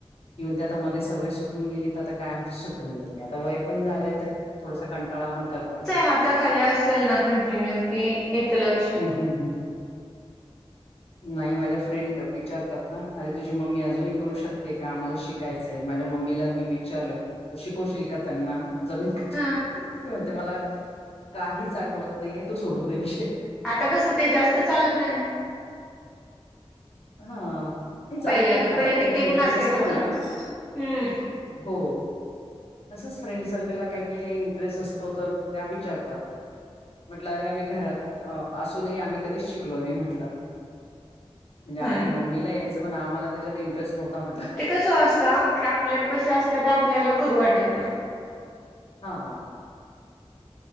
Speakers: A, on the left; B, in the centre.
A: इव्हन त्या आता मध्ये सवय सुटून गेली तर आता काय आमची सुटून गेली आता वय पण झालंय तर थोडासा कंटाळा पण करतात त्या
B: हाता खाली असेल ना कंटिन्यू कि येतं लक्षात
A: हम्म हम्म <unintelligible> नाही माझ्या फ्रेंड विचारतात ना अरे तुझी मम्मी अजूनही करू शकते का आम्हाला शिक कायच आहे माझ्या मम्मीला मी विचारलं तू शिकवशील का त्यांना जमील कत
B: हा
A: म्हणते मला काहीच आठवत नाहीये तू सोडून दे्या विषय
B: आता कसं ते जास्त चालत नाही ना
A: हा नाही चालत
B: पहिल्यागत
A: नाही काय
B: पहिलं
A: काही
B: किती
A: नाही इंटरेस्ट
B: मार्केट
A: असतो
B: होतं
A: ना
B: हम्म
A: हो तंच फ्रेंड सर्कलला काही काही इंटरेस्ट असतो तर त्या विचारतात म्हटलं अरे आम्ही घरात असूनही आम्ही कधीच शिकलो नाही म्हटलं ते आमच्या
B: हा ना
A: मम्मीला यायचं पण आम्हाला त्याच्यात इंटरेस्ट नव्हता म्हटलं
B: ते कसं असत आपल्या पशी असतात ते आपल्याला करू वाटत नाही
A: हा हा